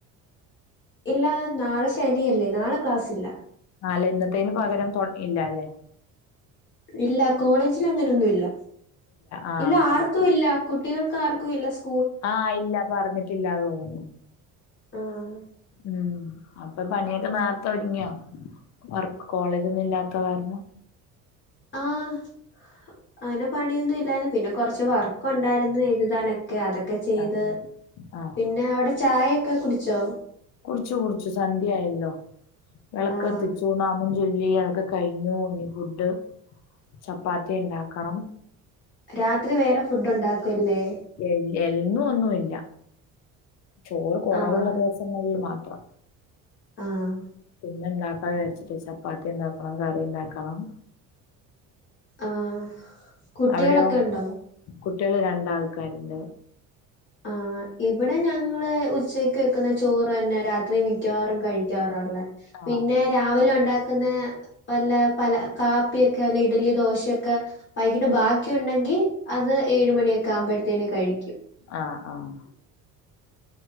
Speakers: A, on the left; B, on the left.
A: ഇല്ല നാളെ ശനിയല്ലേ നാളെ ക്ലാസ്സില്ല
B: ആല്ല ഇന്നത്തേന് പകരം ഇല്ല അല്ലേ
A: ഇല്ല കോളേജിൽ അങ്ങനെയൊന്നുമില്ല
B: ആഹ്
A: ഇല്ല
B: ഓക്കെ
A: ആർക്കും ഇല്ല കുട്ടികൾക്ക് ആർക്കും ഇല്ല സ്
B: ആഹ് ഇല്ല പറഞ്ഞിട്ടില്ല തോന്നുന്നു
A: ആഹ്
B: ഉം അപ്പൊ പണിയൊക്കെ നാർത്ത ഒരുങ്ങിയോ വർക്ക് കോളേജ് ഒന്നും ഇല്ലാത കാരണം
A: ആഹ് അങ്ങനെ പണിയൊന്നും ഇല്ലായിന്ന് പിന്നെ കൊറച്ച് വർക്ക് ഉണ്ടായിരുന്നു എഴുതാനൊക്കെ അതൊക്കെ ചെയ്ത്
B: ആഹ് ആഹ്
A: പിന്നെ അവിടെ ചായയൊക്കെ കുടിച്ചോ
B: കുടിച്ചു കുടിച്ചു സന്ധ്യയായല്ലോ വിളക്ക്
A: ആഹ്
B: കത്തിച്ചൂ ന മം ചൊല്ലി അതൊക്കെ കഴിഞ്ഞു ഇനി ഫുഡ് ചപ്പാത്തി ഉണ്ടാക്കണം
A: രാത്രി വേറെ ഫുഡ് ഉണ്ടാക്കുംല്ലേ
B: എ എന്നും ഒന്നുല്ല ചോറ് കൊറവുള്ള
A: ആഹ്
B: ദിവസങ്ങളിൽ മാത്രം
A: ആഹ്
B: പിന്നെ ഇണ്ടാക്കാ വിചാരിച്ചിട്ട് ചപ്പാത്തിണ്ടാക്കണം കറിണ്ടാക്കണം
A: ആഹ് കുട്ടികളൊക്കെ
B: അവിടെയോ?
A: ഉണ്ടോ
B: കുട്ടികൾ രണ്ടാൾക്കാരുണ്ട്
A: ആഹ് ഇവിടെ ഞങ്ങള് ഉച്ചക്ക് വെക്കുന്ന ചോറ് തന്നെ രാത്രി മിക്കവാറും കഴിക്കാറള്ളേ
B: ആഹ്
A: പിന്നെ രാവിലെ ഉണ്ടാക്കുന്ന വല്ല പല കാപ്പിയൊക്കെ അല്ല ഇഡലി ദോശയൊക്കെ വൈകിട്ട് ബാക്കിണ്ടെങ്കി അത് ഏഴ് മണിയൊക്കെ ആകുമ്പോഴഎടുത്തേന് കഴിക്കും.
B: ആഹ് ആഹ്